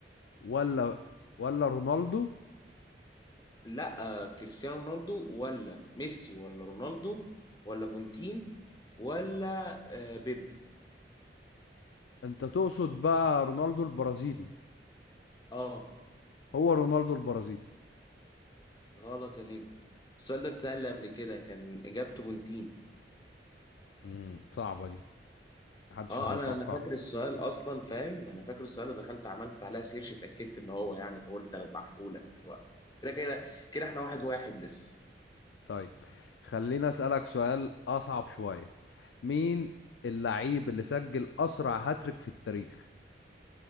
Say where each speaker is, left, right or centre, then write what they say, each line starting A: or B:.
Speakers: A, on the left; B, on the left.
A: ولا ولا رونالدو
B: لا آه كريستيانو رونالدو ولا ميسي ولا رونالدو ولا فونتين ولا آه بيبي
A: انت تقصد بقى رونالدو البرازيلي
B: اه
A: هو رونالدو البرازيلي
B: غلط يا نجم السؤال ده اتسأل قبل كده كان اجابته فونتين
A: امم صعبة دي محدش
B: اه
A: هيتوقع
B: انا انا فاكر السؤال اصلا فاهم انا فاكر السؤال ودخلت عملت عليها سيرش اتاكدت ان هو يعني فقلت اذبحهولك دلوقتي كده كده كده احنا واحد واحد لسه
A: طيب خليني أسألك سؤال أصعب شوية مين اللعيب اللي سجل أسرع هاتريك في التاريخ